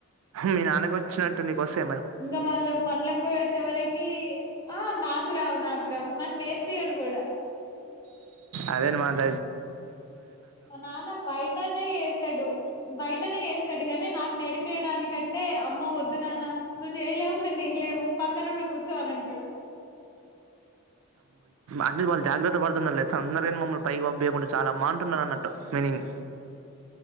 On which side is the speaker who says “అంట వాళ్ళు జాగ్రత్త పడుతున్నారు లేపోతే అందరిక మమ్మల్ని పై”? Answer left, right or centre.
Right